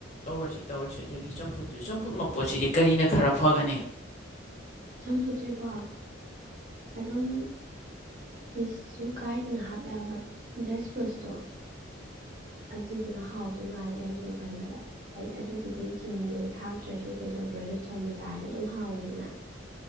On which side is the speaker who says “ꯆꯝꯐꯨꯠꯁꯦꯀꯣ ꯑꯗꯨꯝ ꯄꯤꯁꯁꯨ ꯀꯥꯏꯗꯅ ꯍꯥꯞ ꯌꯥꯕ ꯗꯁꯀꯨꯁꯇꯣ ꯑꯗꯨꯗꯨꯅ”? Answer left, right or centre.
Right